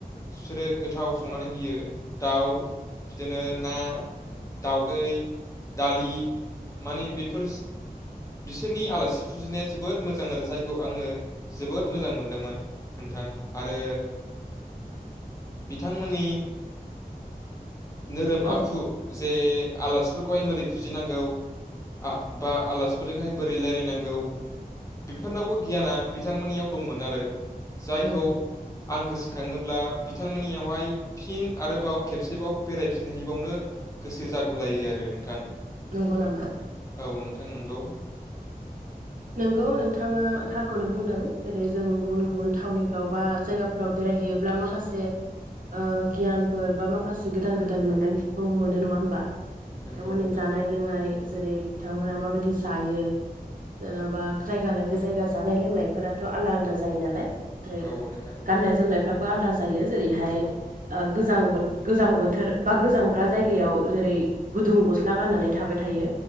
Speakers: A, on the left; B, on the right.
A: बिसोरो गोथाव सङ नानै होयो दाउ बिदिनो ना दाउदै दालि माने बेफोर बिसोरनि आलासि फुजिनाया जोबोद मोजां आरो जायखौ आङो जोबोद मोजां मोनदोंमोन नोंथां आरो बिथां बिथांनि नोरोम
B: औ
A: आखु जे आलासिफोरखौहाय माबोरै फुजिनांगौ आ बा आलासिफोरजोंहाय बोरै रायज्लायनांगौ बेफोरनावबो गियाना बिथांमोननियाव दंमोन आरो जायखौ
B: उम
A: आं गोसोखाङोब्ला बिथांमोननियावहाय फिन आरोबाव खेबसेबाव बेरायफिनहैबावनो गोसो जागु लायो आरो नोंथां
B: नंगौ नामा
A: औ नोंथां नंगौ
B: नोंगौ नोंथाङा थारखौनो बुंदों जेरै जों गुबुन गुबुन थावनिफ्राव बा जायगा फोराव बेरायहैयोब्ला माखासे ओ गियानफोर बा माखासे गोदान गोदान मोनदांथिखौ मोनो नङा होमबा बिथांमोननि
A: नंगौ नोंथां
B: जानाय लोंनाय जेरै बिथांमोनहा माबायदि जायो जेन'बा जायगा लायै जायगा जानाय लोंनायफोराथ' आलदा आलदा जायो नालाय ओेरै
A: औ नोंथां
B: गाननाय जोमनायफ्राबो आलदा जायो जेरैहाय
A: औ
B: गोजांबोथ गोजां बोथोर बा गोजांग्रा जायगायाव जेरै गुदुं गस्ला गाननानै थाबाय थायो